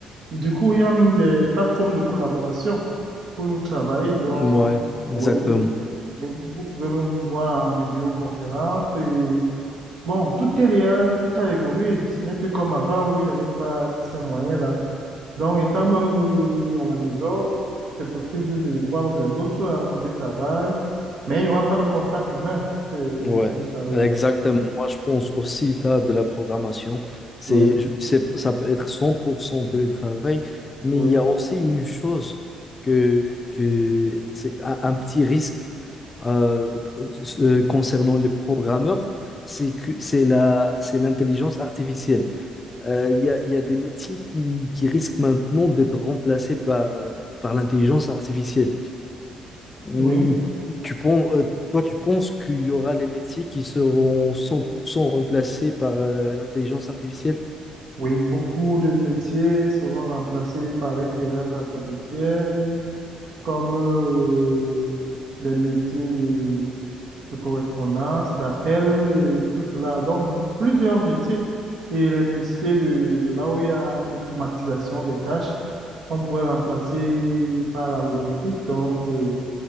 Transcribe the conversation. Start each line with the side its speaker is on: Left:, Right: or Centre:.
Right: Du coup, il y a même des plateformes de collaboration pour travailler.
Left: Mm,
Right: Donc,
Left: Ouais, exactement.
Right: oui, oui, vous pouvez même voir en vidéoconférence et bon, tout est là, tout a évolué. Ce n'est plus comme avant où il n'y avait pas tous ces moyens-là. Donc, étant même euh, à la maison, c'est possible de voir même les autres en télétravail, mais il n'y aura pas de contact humain. C'est
Left: Ouais,
Right: c'est juste ça, oui.
Left: exactement. Moi, je pense aussi ça de la programmation. C'est,
Right: Oui,
Left: je- c'est- ça peut être 100% télétravail, mais
Right: oui,
Left: il y a aussi une chose que, que c'est un, un petit risque euh, euh, concernant les programmeurs, c'est que c'est la, c'est l'intelligence artificielle. Euh, Il y a, il y a des métiers qui, qui risquent maintenant d'être remplacés par, euh, par l'intelligence artificielle. Hmm,
Right: oui.
Left: Tu penses, euh, toi, tu penses qu'il y aura les métiers qui seront 100% remplacés par euh, l'intelligence artificielle?
Right: Oui, beaucoup de métiers seront remplacés par l'intelligence artificielle, comme euh, les métiers de, de correspondance, d'appel, euh, tout cela. Donc, plusieurs métiers. Et les métiers de là où il y a automatisation des tâches. on pourrait remplacer par la robotique. Donc, euh,